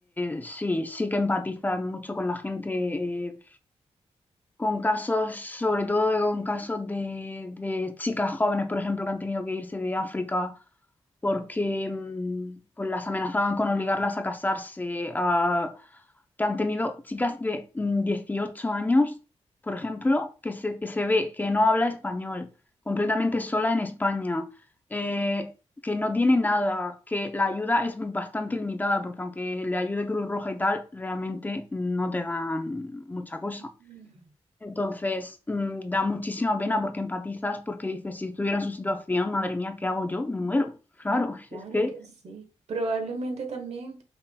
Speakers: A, on the left (about 15°); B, on the right (about 70°).
A: Eh, sí, sí que empatizas mucho con la gente eh, con casos, sobre todo con casos de, de chicas jóvenes, por ejemplo, que han tenido que irse de África porque mm, pues las amenazaban con obligarlas a casarse, a- que han tenido chicas de mm, 18 años, por ejemplo, que se, que se ve que no habla español, completamente sola en España, eh, que no tiene nada, que la ayuda es bastante limitada, porque aunque le ayude Cruz Roja y tal, realmente no te dan mucha cosa.
B: Mm.
A: Entonces, mm, da muchísima pena porque empatizas, porque dices, si estuviera en su situación, madre mía, ¿qué hago yo? Me muero. Claro, <laughs>
B: Claro
A: es que...
B: que sí. Probablemente también,